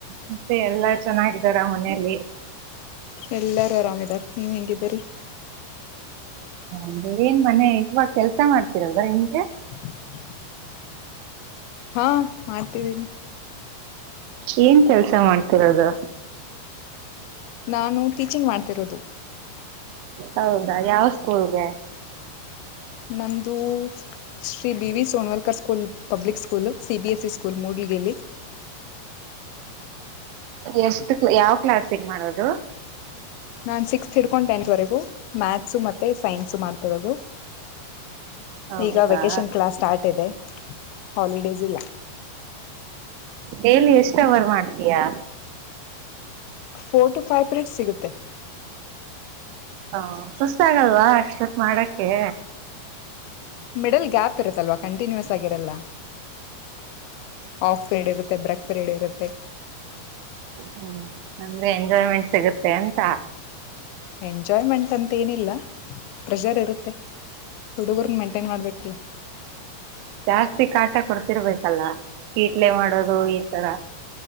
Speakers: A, on the right; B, on the left.
A: ಮತ್ತೆ ಎಲ್ಲ ಚೆನ್ನಾಗಿದ್ದಾರಾ ಮನೆಲಿ.
B: ಎಲ್ಲಾರು ಆರಾಮಿದಾರ ನೀವ್ ಹೆಂಗಿದ್ದೀರಿ
A: ಅಂದೆ ಏನ್ ಮನೆ ಇವಾಗ ಕೆಲ್ಸ ಮಾಡ್ತಿರೋದಾ ಹೆಂಗೆ
B: <unintelligible> ಹಾ ಮಾಡ್ತಿದೀನಿ
A: ಏನ್ ಕೆಲಸ ಮಾಡ್ತಿರೋದು
B: ನಾನು ಟೀಚಿಂಗ್ ಮಾಡ್ತಿರೋದು
A: ಹೌದಾ ಯಾವ ಸ್ಕೂಲ್ಗೆ
B: ನಮ್ದು Shri B V Sonavalkar school public school C BSE school ಮೂಡ್ಲಗೇಲಿ
A: ಎಷ್ಟಕ ಯಾವ ಕ್ಲಾಸಿಗ ಮಾಡೋದು
B: ನಾನು ಸಿಕ್ಸ್ತ್ ಹಿಡ್ಕೊಂಡು ಟೆಂತ್ವರೆಗೂ ಮ್ಯಾಥ್ಸು ಮತ್ತೆ ಸೈನ್ಸು ಮಾಡ್ತಿರೋದು
A: ಹೌದಾ
B: ಈಗ ವೆಕೇಶನ್ ಕ್ಲಾಸ್ ಸ್ಟಾರ್ಟ್ ಇದೆ ಹಾಲಿಡೇಸ್ ಇಲ್ಲಾ.
A: ಡೈಲಿ ಎಷ್ಟ ಅವರ ಮಾಡ್ತೀಯಾ
B: ಫೋರ್ ಟು ಫೈವ್ ಪೀರಿಯಡ್ ಸಿಗುತ್ತೆ.
A: ಹ ಸುಸ್ತ ಆಗಲ್ವಾ, ಅಷ್ಟೊತ್ತ ಮಾಡಕ್ಕೆ.
B: ಮಿಡಲ್ ಗ್ಯಾಪ್ ಇರುತ್ತಲ್ವಾ, ಕಂಟಿನ್ಯೂಸ್ ಆಗಿರಲ್ಲ. ಆಫ್ ಪಿರೇಡ್ ಇರುತ್ತೆ ಬ್ರೇಕ್. ಪೆರೇಡ್ ಇರುತ್ತೆ.
A: ಹ್ಮ ಅಂದ್ರೆ, ಎಂಜಾಯ್ಮೆಂಟ್ ಸಿಗುತ್ತೆ ಅಂತ.
B: ಎಂಜಾಯ್ಮೆಂಟ್ ಅಂತ ಏನಿಲ್ಲ. ಪ್ರೆಷರ್ ಇರುತ್ತೆ, ಹುಡುಗರ ಮೆಂಟೇನ್ ಮಾಡ್ಬೇಕಲ್ಲ.
A: ಜಾಸ್ತಿ ಕಾಟ ಕೊಡ್ತಿರ್ಬೇಕಲ್ಲ, ಕೀಟ್ಲೆ ಮಾಡೋದು ಈ ತರ.